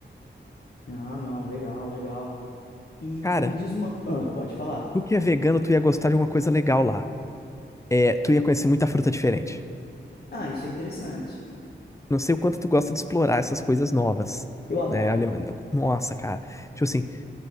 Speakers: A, on the left; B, on the left.
A: Ah, não, legal, legal. E,
B: Cara,
A: e me diz uma. Ah, pode falar.
B: tu que é vegano, tu ia gostar de alguma coisa legal lá. É, tu ia conhecer muita fruta diferente.
A: Ah, isso é interessante.
B: Não sei o quanto tu gosta de explorar essas coisas novas,
A: Eu adoro.
B: né? Ale- Nossa, cara. Tipo assim,